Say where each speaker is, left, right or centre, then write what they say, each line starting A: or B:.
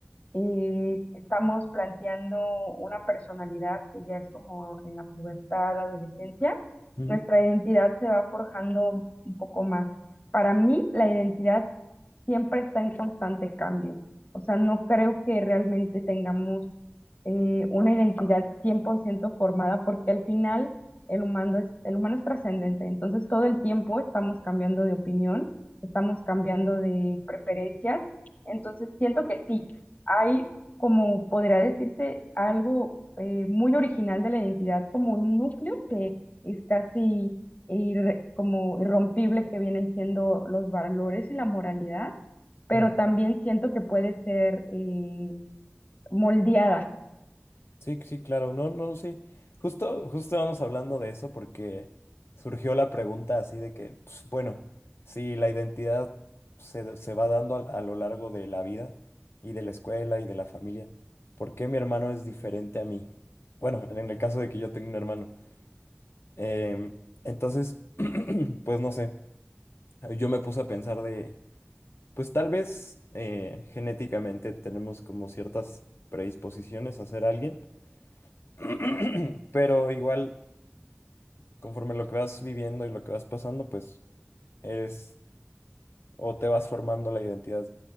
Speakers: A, on the left; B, on the left.
A: y estamos planteando una personalidad que ya es como en la pubertad, adolescencia,
B: Ujú,
A: nuestra identidad se va forjando un poco más. Para mí, la identidad siempre está en constante cambio. O sea, no creo que realmente tengamos eh, una identidad 100% formada porque al final el humano es, el humano es trascendente. Entonces, todo el tiempo estamos cambiando de opinión, estamos cambiando de preferencias. Entonces, siento que sí, hay, como podría decirse, algo eh, muy original de la identidad, como un núcleo que es casi irre- como irrompible, que vienen siendo los valores y la moralidad, pero
B: sí.
A: también siento que puede ser eh, moldeada.
B: Sí, sí, claro, no, no, sí. Justo, justo vamos hablando de eso porque surgió la pregunta así de que, pues, bueno, si la identidad se, da- se va dando a a, lo largo de la vida y de la escuela y de la familia, ¿por qué mi hermano es diferente a mí? Bueno, en en el caso de que yo tenga un hermano. Em, entonces, <clears throat> pues no sé, yo me puse a pensar de, pues tal vez eh, genéticamente tenemos como ciertas predisposiciones a ser alguien. <clears throat> Pero igual, conforme lo que vas viviendo y lo que vas pasando, pues eres o te vas formando la identidad